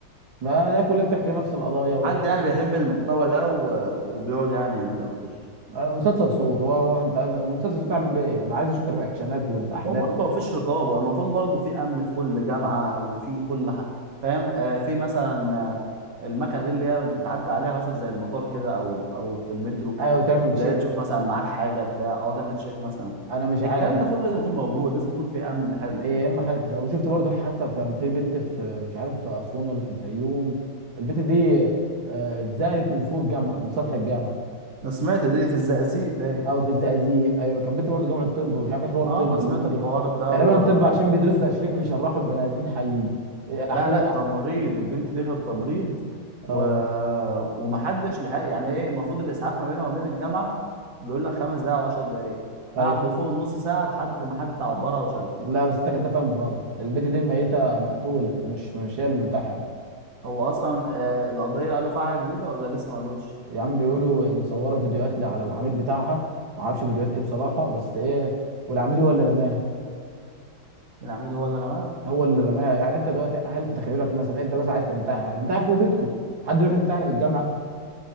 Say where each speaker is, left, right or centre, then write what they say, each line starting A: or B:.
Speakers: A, on the right; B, on the right.
A: ما ده كلها بتحكي نفس القضايا وتحس
B: حد يعني
A: نفس
B: بيحب المحتوى ده و... وبيقعد يعني يعملها وكده
A: آه، مسلسل صوت هو هو انت عايز- مسلسل صوت تعمل بيه ايه انا عايز اشوف الرياكشنات والاحداث
B: هو برضه مفيش رقابة المفروض برضه في أمن في كل جامعة وفي كل حاجة فاهم آه في مثلا آه، المكنة دي اللي هي بتعدي عليها مثلا زي المطار كده أو أو في المترو
A: ايوه تعمل تشيك
B: اللي هي تشوف مثلا معاك حاجة بتاع أه تعمل تشيك مثلا
A: انا مش
B: الكلام
A: عارف
B: ده كله لازم يكون موجود لازم يكون في أمن حلو
A: هي يا اما حاله تزوج وشفت برضو الحادثه في في بنت في مش عارف في اسوان ولا في الفيوم البنت دي آه، اتزالت من فوق الجامعه من سطح الجامعه
B: أنا سمعت دي في الزقازيق باين
A: او في الزقازيق ايوه كانت بنت برضو جامعه طب ومش عارف ايه حوار
B: أه
A: طب
B: أنا سمعت
A: اليومين
B: الحوار
A: دول
B: ده
A: تقريبا
B: و...
A: طب عشان بيدرسوا تشريح بيشرحوا البني ادمين حيين إيه، احياء
B: لا لا تمريض البنت دي خدت تمريض
A: اه
B: و... ومحدش لحق يعني ايه المفروض الاسعاف ما بينها وما بين الجامعه بيقول لك خمس دقائق وعشر دقائق
A: ايوه
B: قعدوا فوق النص ساعه لحد ما حد عبرها وشالها
A: لا بس انت كده فاهم غلط البنت دي ميته مقتوله مش مش هي المنتحره
B: هو اصلا آه القضيه قالوا فيها حاجه جديده ولا لسه ما قالوش
A: يا عم بيقولوا مصوره فيديوهات ل- على العميد بتاعها ما اعرفش فيديوهات ايه بصراحه بس ايه والعميد هو اللي رماها
B: العميد هو اللي رماها
A: هو اللي رماها يعني انت دلوقتي هل في تخيلك مثلا انت بس عايز تنتحر هتنتحر فوق بيتكم حد يروح ينتحر في الجامعه